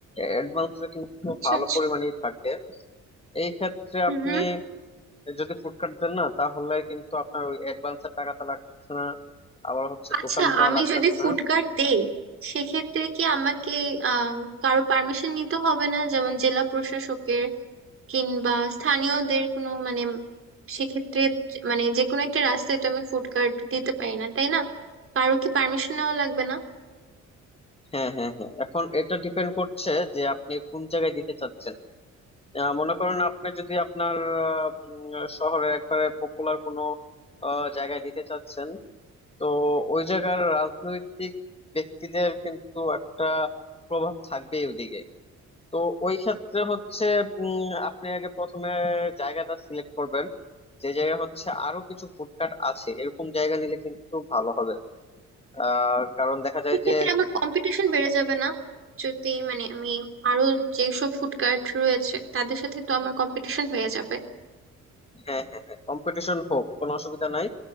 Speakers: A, on the left; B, on the right.
A: অ্যাডভান্সটা কিন্তু
B: আচ্ছা
A: ভালো
B: আচ্ছা
A: পরিমাণেই থাকে এই ক্ষেত্রে
B: হুম
A: আপনি
B: হুম
A: যদি ফুড কার্ট দেন না তাহলে কিন্তু আপনার ওই অ্যাডভান্সের টাকাটা লাগছে না আবার হচ্ছে
B: আচ্ছা
A: দোকান ভাড়া
B: আমি
A: লাগতেছে
B: যদি ফুড
A: না
B: কার্ট দেই সেক্ষেত্রে কি আমাকে আহ কারো পারমিশন নিতে হবে না যেমন জেলা প্রশাসকের কিংবা স্থানীয়দের কোনো মানে সেক্ষেত্রে যে- মানে যে কোনো একটা রাস্তায় তো আমি ফুড কার্ট দিতে পারি না তাই না কারো কি পারমিশন নেওয়া লাগবে না
A: হ্যাঁ হ্যাঁ হ্যাঁ এখন এটা ডিপেন্ড করছে যে আপনি কোন জায়গায় দিতে চাচ্ছেন আহ, মনে করেন আপনি যদি আপনার আহ, উম, শহরের একবারে পপুলার কোনো আহ, জায়গায় দিতে চাচ্ছেন তো ওই জায়গার রাজনৈতিক ব্যক্তিদের কিন্তু একটা প্রভাব থাকবেই ওদিকে তো ওই ক্ষেত্রে হচ্ছে উম, আপনি আগে প্রথমে জায়গাটা সিলেক্ট করবেন যে জায়গা হচ্ছে আরো কিছু ফুডকার্ট আছে এরকম জায়গা নিলে কিন্তু ভালো হবে আহ কারণ দেখা যায়
B: সেক্ষেত্রে
A: যে
B: আমার কম্পিটিশন বেড়ে যাবে না যদি মানে আমি আরো যেসব ফুড কার্ট রয়েছে তাদের সাথে তো আমার কম্পিটিশন হয়ে যাবে
A: হ্যাঁ হ্যাঁ হ্যাঁ কম্পিটিশন হোক কোনো অসুবিধা নাই